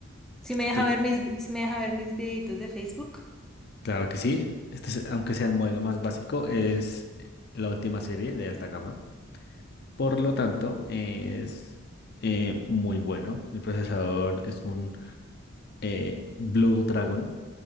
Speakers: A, in the centre; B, on the left.
A: Si
B: Este
A: me deja
B: tie-
A: ver mis, vi- si me deja ver mis videitos de Facebook.
B: claro que sí. Este, es- aunque sea el modelo más básico, es la última serie de alta gama. Por lo tanto, es eh, muy bueno. El procesador es un eh, Blue Dragon